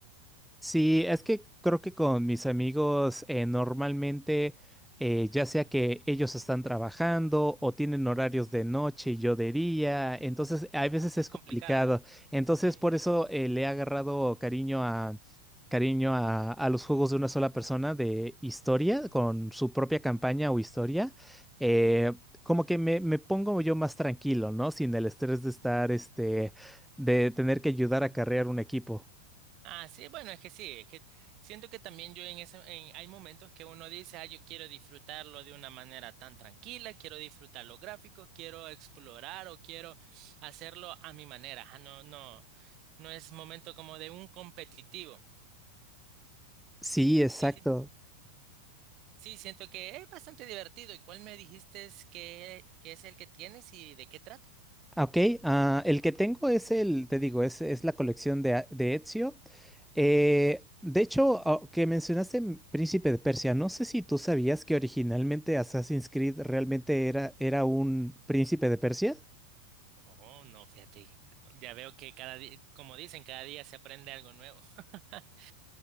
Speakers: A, in the centre; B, on the right.
A: Sí, es que creo que con mis amigos eh, normalmente, eh, ya sea que ellos están trabajando o tienen horarios de noche y yo de día, entonces a veces
B: Es
A: es
B: complicado.
A: complicado. Entonces
B: sí.
A: por eso eh, le he agarrado cariño a cariño a, a los juegos de una sola persona de historia, con su propia campaña o historia. Eh, como que me, me pongo yo más tranquilo, ¿no? Sin el estrés de estar, este, de tener que ayudar a carrear un equipo.
B: Ah, sí, bueno, es que sí, es que siento que también yo en esa, en- hay momentos que uno dice, ah, yo quiero disfrutarlo de una manera tan tranquila, quiero disfrutar los gráficos, quiero explorar o quiero hacerlo a mi manera. Ah, no, no, no es momento como de un competitivo.
A: Sí, exacto.
B: Sí, sí, sí, siento que es bastante divertido. ¿Y cuál me dijiste es que, que es el que tienes y de qué trata?
A: Ah, Ok, ah, el que tengo es el, te digo, es, es la colección de, A- de Ezio. Eh, de hecho, ah, que mencionaste M- Príncipe de Persia, no sé si tú sabías que originalmente Assassin's Creed realmente era, era un Príncipe de Persia.
B: Oh, no, fíjate, ya veo que cada día, como dicen, cada día se aprende algo nuevo. <laughs>